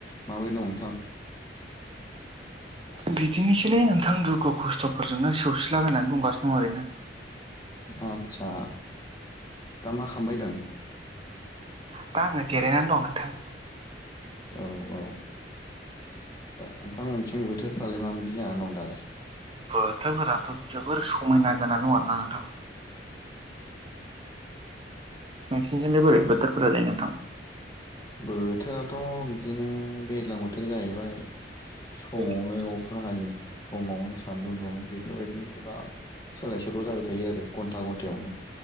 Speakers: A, on the left; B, on the right.
A: माबोरै दं नोंथां? <inaudible>
B: बिदिनोसैलै नोंथां दुखु खस्थफोरजोंनो सौसिलाबायनानै दंगासिनो दं ओरैनो।
A: आतसा‌ दा मा खालामबाय दों?
B: दा आङो जिरायनानै दं नोंथां
A: औ औ ओ नोंथांमोनथिं बोथोरफ्रालाय माबायदि जानानै दं दालाय?
B: बोथोरफोराथ जोबोर समायना जानानै दं आरोना नोंथां। नोंसिनिजोंनो बोरै बोथोरफोरालै नोंथां?
A: बोथोराथ बिदिनो दैज्लां बोथोर जाहैबाय। समावनो
B: <inaudible>
A: अखा हायो समावनो सान्दुं दुङो बेफोरबायदिनो गोबां सोलाय सोल जाबाय थायो आरो घन्टायावनो